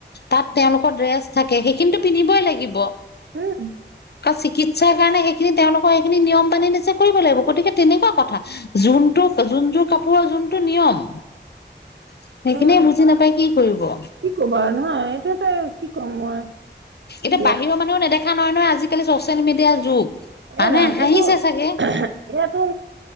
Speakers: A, on the left (about 60°); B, on the right (about 80°).
A: তাত তেওঁলোকৰ ড্ৰেছ থাকে সেইখিনিটো পিন্ধিবই লাগিব।
B: উম
A: চিকিৎসাৰ কাৰণে সেইখিনি তেওঁলোকৰ সেইখিনি নিয়ম বান্ধি দিছে কৰিব লাগিব গতিকে তেনেকুৱা কথা। যোনটো যোনযোৰ কাপোৰৰ যোনটো নিয়ম সেইখিনিয়েই
B: হয়
A: বুজি নাপায় কি কৰিব।
B: কি ক'বা আৰু নহয় এইটো এটা কি কম মই
A: এতিয়া
B: দিয়া
A: বাহিৰৰ মানুহও নেদেখা নহয় নহয় আজিকালি চচিয়েল মিডিয়াৰ যুগ মানুহে
B: এ ৰাম
A: হাঁহিছে
B: এইটো
A: চাগে
B: ইয়াতো